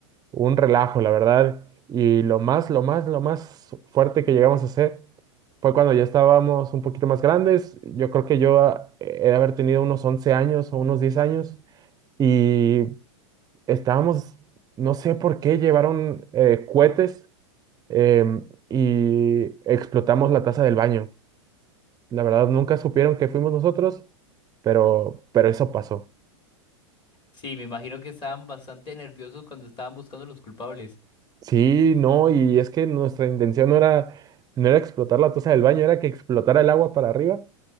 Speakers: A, on the right (about 25°); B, on the left (about 30°).
A: un relajo, la verdad. Y lo más, lo más, lo más fuerte que llegamos a hacer. Fue cuando ya estábamos un poquito más grandes. Yo creo que yo ah, he de haber tenido unos 11 años o unos 10 años y estábamos, no sé por qué, llevaron eh, cohetes em, y explotamos la taza del baño. La verdad, nunca supieron que fuimos nosotros, pero, pero eso pasó.
B: Sí, me imagino que estaban bastante nerviosos cuando estaban buscando los culpables.
A: Sí, no, y es que nuestra intención no era, no era explotar la taza del baño, era que explotara el agua para arriba